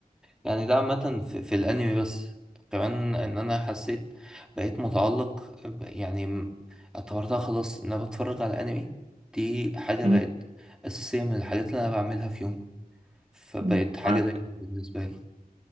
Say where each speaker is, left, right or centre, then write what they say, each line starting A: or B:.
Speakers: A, in the centre; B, on the right (about 40°).
A: يعني ده عامة في, في الأنمي بس كمان إن أنا حسيت بقيت متعلق ب- يعني م- اعتبرتها خلاص إن أنا بتفرج على أنمي دي حاجة
B: امم
A: بقت أساسية من الحاجات اللي أنا بعملها في يومي فبقت
B: امم،
A: حاجة
B: معاك
A: دايما بالنسبة لي